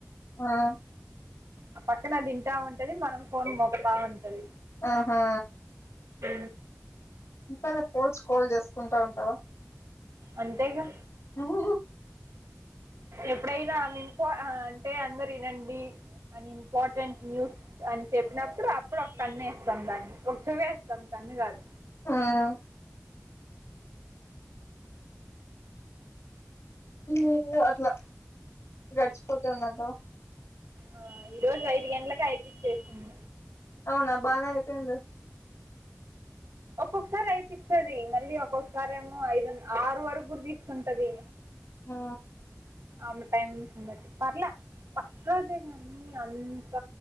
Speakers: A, on the left; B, on the right.
A: ఆ
B: ఆ పక్కన అది వింటా ఉంటది మనం ఫోన్ మోగతా ఉంటది
A: ఆహా
B: ఉ
A: ఇంతలో కోల్స్ కాల్ చేసుకుంటా ఉంటావా
B: అంతేగా
A: ఉ హు
B: ఎప్పుడైనా అనినుకో అంటే అందరు వినండి అని ఇంపార్ర్టెంట్ న్యూ అని చెప్పినప్పుడు అప్పుడు ఒక కన్ను వేస్తాం దాన్ని ఒక చెవ్వువేస్తాం కన్ను కాదు
A: ఉమ్ ఏమో అట్లా గడిచిపోతంది అబ్బా
B: ఆ ఈ రోజు ఐదు గంటలకు అయిపిచ్చేసింది
A: అవునా బాగానే అయిపొయిందె
B: ఒక్కొక్కసారి అయిపిస్తాది మళ్ళీ ఒక్కొక్కసారి ఏమో ఐదున్ ఆరు వరకు గూడా తీసుకుంటది
A: ఆ
B: అవును టైమిబట్టి పర్లలే ఫస్ట్ రోజే గాని అంత